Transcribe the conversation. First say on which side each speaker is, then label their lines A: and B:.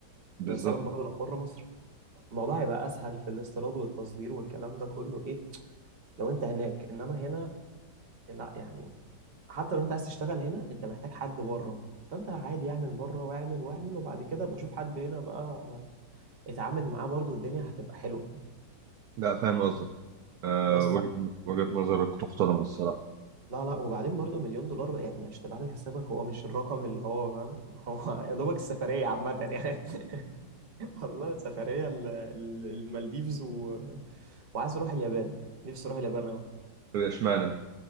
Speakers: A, on the right; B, on the right.
A: بالظبط
B: ويا سلام برضه لو بره مصر الموضوع هيبقى اسهل في الاستيراد والتصدير والكلام ده كله ايه لو انت هناك انما هنا لا يعني حتى لو انت عايز تشتغل هنا انت محتاج حد بره فانت عادي اعمل بره واعمل واعمل وبعد كده ابقى اشوف حد هنا بقى اتعامل معاه برضو الدنيا هتبقى حلوة
A: لا فاهم قصدك آه
B: بس
A: وجهة وجهة نظرك تحترم الصراحة
B: لا لا وبعدين برضو مليون دولار بقى يعني عشان تبقى عامل حسابك هو مش الرقم اللي هو فاهم <laughs> هو يا دوبك السفرية عامة يعني <laughs> والله سفرية ال- ال- المالديفز و... وعايز اروح اليابان نفسي اروح اليابان قوي
A: طب اشمعنى؟